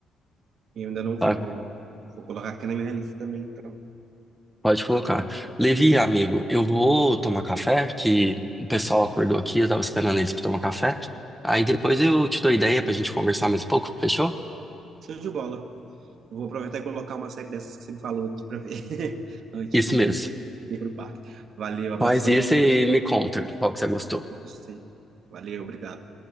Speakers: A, on the right (about 65°); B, in the centre.
A: eu ainda não
B: tá?
A: vi, vou, vou colocar aqui na minha lista também, então.
B: Pode colocar. Levi, amigo, eu vou tomar café, que o pessoal acordou aqui, eu tava esperando eles pra tomar café. Aí depois eu te dou ideia pra gente conversar mais um pouco, fechou?
A: Show de bola. Eu vou aproveitar e colocar uma série dessas que você me falou aqui para ver <laughs> antes
B: Isso
A: de
B: mesmo.
A: ir pro parque. Valeu, abração.
B: Faz isso e me conta qual que você gostou.
A: Marcos, sim. Valeu, obrigado.